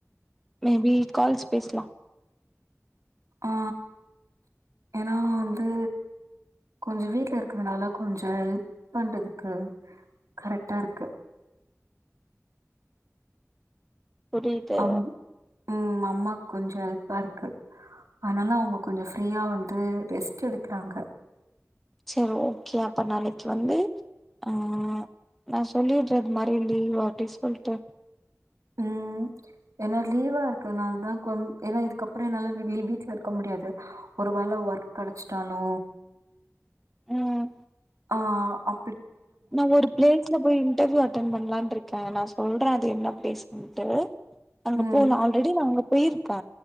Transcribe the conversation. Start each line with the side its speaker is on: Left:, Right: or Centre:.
Centre: மேபி கால்ஸ் பேஸ்லா
Right: ஆ ஏனா வந்து கொஞ்சு வீட்ல இருக்கிறனால கொஞ்சோ ஹெல்ப் பண்றதுக்கு கரெக்டாருக்கு
Centre: புரிது
Right: அம் ம் அம்மாக் கொஞ்சோ எல்ப்பாருக்கு அத்னால அவுங்க கொஞ்சோ ஃப்ரீயா வந்து ரெஸ்ட் எடுக்குறாங்க
Centre: செர் ஓகே அப்ப நாளைக்கி வந்து ஆ நா சொல்லிட்றத் மாறி லீவு அப்டி சொல்ட்டு
Right: ம் ஏன்னா லீவா இருக்கனால்தா கொஞ் ஏன்னா இதுக்கப்றோ என்னால <unintelligible> வீட்ல இருக்க முடியாது ஒரு வேல ஒர்க் கடச்சிட்டாலு
Centre: ம்
Right: ஆ ஆ
Centre: நா ஒரு ப்ளேஸ்ல போயி இன்ர்வியூ அட்டன் பண்லான்ருக்கே நா சொல்ற அது என்ன அப்டி சொல்ட்டு அங்க
Right: ம்,
Centre: போலா ஆல்ரெடி நா அங்க போயிருக்க